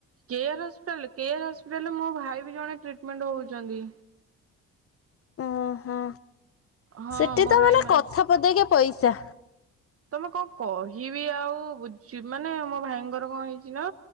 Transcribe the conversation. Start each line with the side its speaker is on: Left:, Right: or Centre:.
Right: କେୟ ହସ୍ପିଟଲ କେୟ ହ ହିଟାଲ ମୋ ଭାଇ ବି ଜଣେ ଟ୍ରିଟମେଣ୍ଟ ହଉଛନ୍ତି।
Left: ଓହୋ
Right: ହଁ
Left: ସେଠି
Right: ମୋ
Left: ତ
Right: ଭାଇ
Left: ମାନେ
Right: ମା
Left: କଥା ପଦେଇକ ପଇସା।
Right: ତମେ କଣ କହିବି ଆଉ ମାନେ ମୋ ଭାଇଙ୍କର କଣ ହେଇଛି ନା